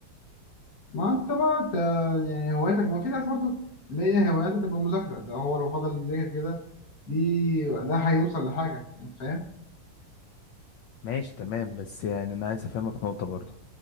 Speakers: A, on the left; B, on the left.
A: ما انت بقى انت يعني هوايتك ما في ناس برضو اللي هي هواياتها تبقى مذاكرة ده هو لو فضل يذاكر كده دي ده هيوصل لحاجة انت فاهم؟
B: ماشي تمام بس يعني انا عايز افهمك نقطة برضه